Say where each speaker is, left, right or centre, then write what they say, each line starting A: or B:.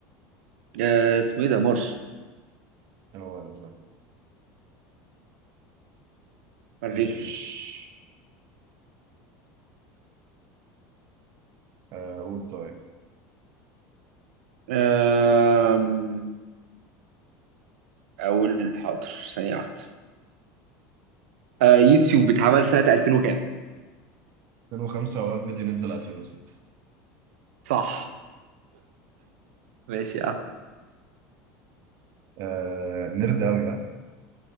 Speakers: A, on the right; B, on the right.
A: آه اسمه ايه ده مرش
B: إيه هو ده صح
A: مريخ
B: ماشي
A: يعني.
B: آه قول طيب
A: آم... اول حاضر ثانية واحدة آه يوتيوب اتعمل سنة 2000 وكام
B: 2005 هو الفيديو نزل 2006
A: صح ماشي اه
B: آه نرد أوي ها